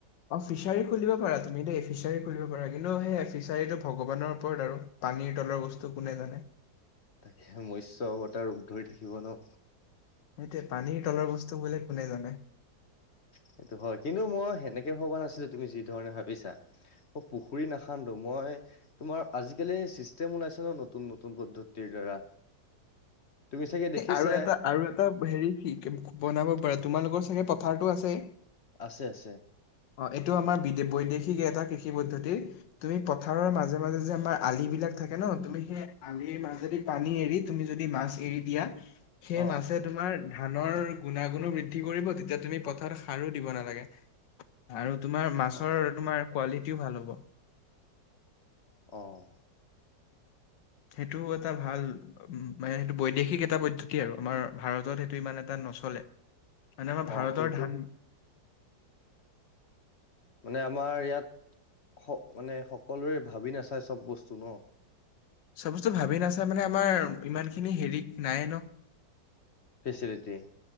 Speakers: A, on the left; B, on the left.
A: অ' ফিচাৰী খুলিব পাৰা তুমি দেই! ফিচাৰী খুলিব পাৰা। কিন্তু সেই ফিচাৰীটো ভগৱানৰ ওপৰত আৰু। পানীৰ তলৰ বস্তু কোনে জানে?
B: তাকে মৎস্য অৱতাৰ ৰূপ ধৰি থাকিব ন?
A: সেইটোৱে, পানীৰ তলৰ বস্তু বোলে কোনে জানে।
B: সেইটো হয়, কিন্তু মই সেনেকে ভবা নাছিলো তুমি যি ধৰণে ভাবিছা। পুখুৰী নাখান্দো। মই তোমাৰ আজিকালি চিষ্টেম ওলাইছে ন, নতুন নতুন পদ্ধতিৰ দ্বাৰা। তুমি চাগে দেখিছাই!
A: আৰু এটা আৰু এটা হেৰি <unintelligible> বনাব পাৰা, তোমালোকৰ চাগে পথাৰটো আছেই।
B: আছে আছে।
A: অ' এইটো আমাৰ বি বৈদেশিক এটা কৃষি পদ্ধতি। তুমি পথাৰৰ মাজে মাজে যে আমাৰ আলিবিলাক থাকে ন, তুমি সেই আলিৰ মাজেদি পানী এৰি তুমি যদি মাছ এৰি দিয়া। সেই
B: অ
A: মাছে তোমাৰ ধানৰ গুণাগুণো বৃদ্ধি কৰিব, তেতিয়া তুমি পথাৰত সাৰো দিব নালাগে। আৰু তোমাৰ মাছৰ
B: অ
A: তোমাৰ কোৱালিটিও ভাল হ'ব।
B: অ'।
A: সেইটো এটা ভাল। উম মানে সেইটো বৈদেশিক এটা পদ্ধতি আৰু, আমাৰ ভাৰতত সেইটো ইমান এটা নচলে। মানে আমাৰ ভাৰতৰ
B: অ কিন্তু
A: ধান।
B: মানে আমাৰ ইয়াত স মানে সকলোৰে ভাবি নাচায় চব বস্তুবোৰ।
A: চব বস্তু ভাবি নাচাই মানে আমাৰ ইমান খিনি হেৰি নাই ন।
B: ফেচিলিটিয়ে।